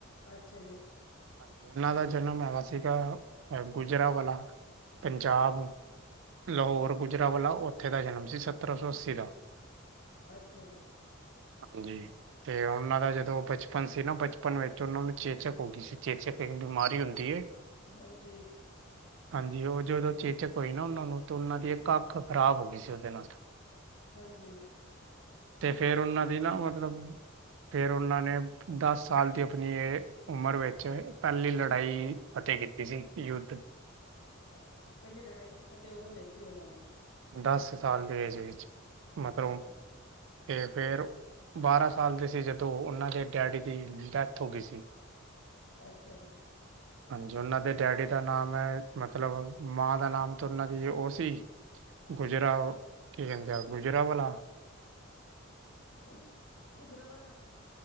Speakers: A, on the left; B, on the right.
A: ਅੱਛਾ ਜੀ
B: ਹਾਂਜੀ, ਇਹਨਾਂ ਦਾ ਜਨਮ ਹੈਗਾ, ਸੀਗਾ ਗੁਜਰਾਂਵਾਲਾ ਪੰਜਾਬ, ਲਾਹੌਰ, ਗੁਜਰਾਂਵਾਲਾ ਉੱਥੇ ਦਾ ਜਨਮ। ਸੱਤਰਾਂ ਸੌ ਅੱਸੀ ਦਾ
A: ਅੱਛਾ ਜੀ,
B: ਹਾਂਜੀ ਤੇ ਉਹਨਾਂ ਦਾ ਜਦੋਂ ਬਚਪਨ ਸੀ ਨਾ, ਬਚਪਨ ਵਿੱਚ ਉਹਨਾਂ ਨੂੰ, ਚੇਚਕ ਹੋ ਗਈ ਸੀ, ਚੇਚਕ ਇੱਕ ਬਿਮਾਰੀ ਹੁੰਦੀ ਹੈ।
A: ਹਾਂਜੀ
B: ਹਾਂਜੀ, ਉਹ ਜਦੋਂ ਚੇਚਕ ਹੋਈ ਨਾ, ਉਹਨਾਂ ਨੂੰ, ਤਾਂ ਉਹਨਾਂ ਦੀ ਇੱਕ ਅੱਖ ਖ਼ਰਾਬ ਹੋ ਗਈ ਸੀ, ਉਹਦੇ ਨਾਲ
A: ਹਾਂਜੀ
B: ਤੇ ਫਿਰ ਉਹਨਾਂ ਦੀ ਨਾ, ਮਤਲਬ ਫਿਰ ਉਹਨਾਂ ਨੇ ਦਸ ਸਾਲ ਦੀ ਆਪਣੀ ਇਹ ਉਮਰ ਵਿੱਚ, ਪਹਿਲੀ ਲੜਾਈ ਫਤਿਹ ਕੀਤੀ ਸੀ, ਯੁੱਧ
A: ਅੱਛਾ, ਪਹਿਲੀ ਲੜਾਈ ਵਿੱਚ ਫਤਿਹ ਉਦੋਂ ਲਈ ਸੀ, ਉਹਨਾਂ ਨੇ
B: ਦਸ ਸਾਲ, ਦੀ ਏਜ ਵਿੱਚ ਮਤਲਬ,
A: ਅੱਛਾ ਜੀ
B: ਤੇ ਫੇਰ ਬਾਰਾਂ ਸਾਲ ਦੇ ਸੀ, ਜਦੋਂ ਉਹਨਾਂ ਦੇ ਡੈਡੀ ਦੀ ਡੈਥ ਹੋ ਗਈ ਸੀ।
A: ਅੱਛਾ ਜੀ।
B: ਹਾਂਜੀ ਉਹਨਾਂ ਦੇ ਡੈਡੀ ਦਾ ਨਾਮ ਹੈ, ਮਤਲਬ ਮਾਂ ਦਾ ਨਾਮ ਤੇ ਉਹਨਾਂ ਦੀ ਉਹ ਸੀ। ਗੁਜਰਾ ਕੀ ਕਹਿੰਦੇ ਆ, ਗੁਜਰਾਵਾਲਾ
A: ਗੁੱਜ, ਗੁਜਰਾਂਵਾਲਾ